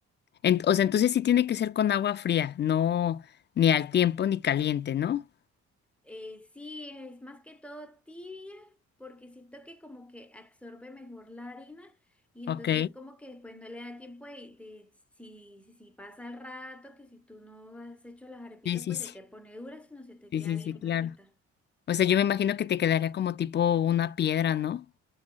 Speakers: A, on the left; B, in the centre.
A: Ent- o sea, entonces sí tiene que ser con agua fría, no ni al tiempo ni caliente, ¿no?
B: Eh, sí, es más que todo tibia, porque siento que como que absorbe mejor la harina y
A: Ok.
B: entonces como que después no le da tiempo de, de- si, si si pasa el rato, que si tú no has hecho las arepitas,
A: Sí, sí,
B: pues
A: sí.
B: se te pone dura, sino se te
A: Sí,
B: queda
A: sí,
B: bien
A: sí,
B: blandita.
A: claro. O sea, yo me imagino que te quedaría como tipo una piedra, ¿no?